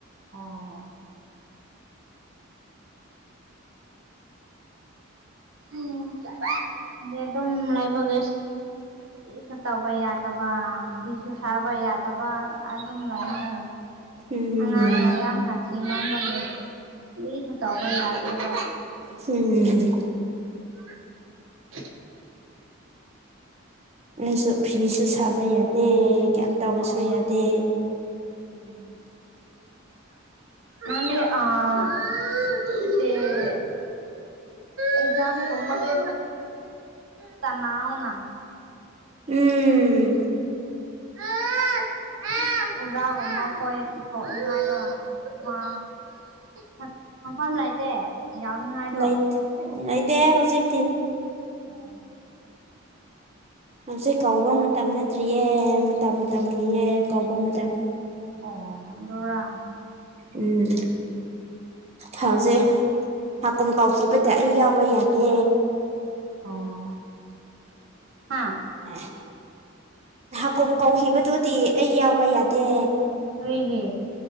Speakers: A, on the right; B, on the right.
A: ꯎꯝ ꯎꯝ <unintelligible> ꯑꯗꯨꯝ ꯂꯩꯕꯒꯦꯁ ꯀꯤꯁꯨ ꯇꯧꯕ ꯌꯥꯗꯕ ꯐꯤꯁꯨ ꯁꯥꯕ ꯌꯥꯗꯕ ꯑꯗꯨꯝ ꯂꯩꯌꯦ
B: ꯎꯝ
A: ꯑꯉꯥꯡꯅ ꯌꯥꯝ ꯁꯥꯊꯤ ꯃꯥꯡꯕꯒꯤ ꯀꯔꯤꯁꯨ ꯇꯧꯕ ꯌꯥꯗꯦꯕ
B: ꯍꯝ
A: ꯑꯣ
B: ꯑꯩꯁꯨ ꯐꯤꯁꯨ ꯁꯥꯕ ꯌꯥꯗꯦ ꯀꯩꯝ ꯇꯧꯕꯁꯨ
A: ꯍꯣꯏ
B: ꯌꯥꯗꯦ
A: ꯎꯝ ꯅꯪꯗꯤ ꯑꯥ <unintelligible> ꯑꯦꯛꯖꯥꯝ ꯒꯨꯝꯕꯗꯤ ꯇꯅꯥꯎꯅ
B: ꯎꯝ
A: ꯑꯥ ꯑꯣꯖꯥꯒꯨꯝꯕꯈꯣꯏ ꯊꯣꯛꯅꯤꯡꯉꯥꯏꯗꯣ ꯊꯥ ꯐꯝ ꯐꯝꯐꯝ ꯂꯩꯇꯦ ꯌꯥꯎꯅꯤꯡꯉꯥꯏꯗꯣ
B: ꯂꯩ ꯂꯩꯇꯦ ꯍꯧꯖꯤꯛꯇꯤ
A: ꯑꯣ
B: ꯍꯧꯖꯤꯛ ꯀꯧꯕ ꯃꯇꯝ ꯅꯠꯇ꯭ꯔꯤꯌꯦ ꯃꯇꯝ ꯃꯇꯝ ꯂꯩꯌꯦ ꯀꯧꯕ ꯃꯇꯝ
A: ꯎꯝ ꯑꯗꯣꯔꯥ
B: ꯎꯝ ꯍꯧꯖꯤꯛ ꯍꯥꯀꯨꯝ ꯀꯥꯎꯈꯤꯕꯗ ꯑꯩ ꯌꯥꯎꯕ ꯌꯥꯗꯦ
A: ꯑꯣ ꯍꯥ
B: ꯑꯦ ꯍꯥꯀꯨꯝ ꯀꯧꯈꯤꯕꯗꯨꯗꯤ ꯑꯩ ꯌꯥꯎꯕ ꯌꯥꯗꯦ
A: ꯀꯔꯤꯒꯤ